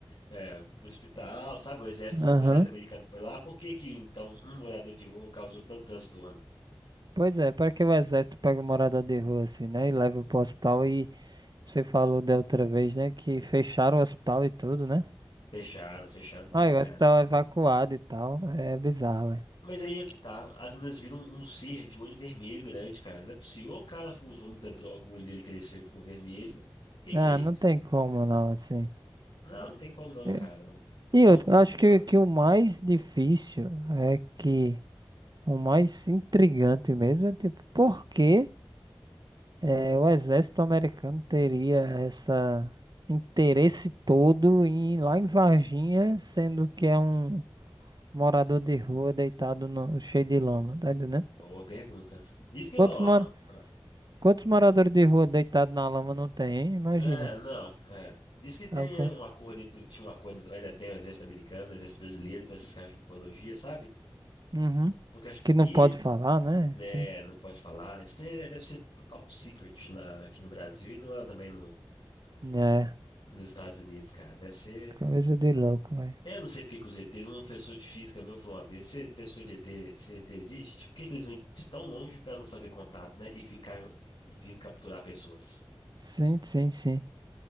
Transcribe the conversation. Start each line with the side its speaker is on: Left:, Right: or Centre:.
Left: É, pro hospital, sabe? O exército,
Right: Aham.
Left: o exército americano foi lá. Por que que então um morador de rua causou tanto transtorno?
Right: Pois é, para que o exército pega um morador de rua assim, né? E leva pro hospital e você falou da outra vez, né? Que fecharam o hospital e tudo, né?
Left: Fecharam, fecharam tudo,
Right: Ah, e o
Left: cara.
Right: hospital é evacuado e tal. É bizarro, é.
Left: Mas aí é que tá. As meninas viram um ser de olho vermelho grande, cara. Não é possível. Ou o cara usou muita droga, o olho dele cresceu e ficou vermelho. O que
Right: Ah,
Left: que é isso?
Right: não tem como não, assim.
Left: Não, não tem como não,
Right: É.
Left: cara.
Right: E
Left: Foi
Right: eu
Left: algo-
Right: acho que,
Left: Ah,
Right: que o mais difícil é que o mais intrigante mesmo é tipo, por que eh, o exército americano teria essa interesse todo em ir lá em Varginha, sendo que é um morador de rua deitado no, cheio de lama, tá entendendo?
Left: boa pergunta. Diz que
Right: Quantos,
Left: ó,
Right: mora,
Left: ó, ó,
Right: quantos moradores de rua deitados na lama não tem, hein? Imagina.
Left: É, não, é. Diz que tem
Right: É o cara.
Left: um acordo entre, tinha um acordo, ainda tem o exército americano, o exército brasileiro, para essas caras de ufologia, sabe?
Right: Uhum.
Left: Porque acho que
Right: Que
Left: diz,
Right: não pode falar, né?
Left: né,
Right: Enfim.
Left: não pode falar. Isso tem- né, deve ser top secret lá aqui no Brasil e lá também no,
Right: É.
Left: nos Estados Unidos, cara. Deve ser.
Right: Coisa de louco, velho.
Left: Eu não sei porque que os ETs, um professor de física meu falou uma vez, se professor de ET, se ET existe, por que que eles vêm de tão longe para não fazer contato, né? E ficar vindo capturar pessoas?
Right: Sim, sim, sim.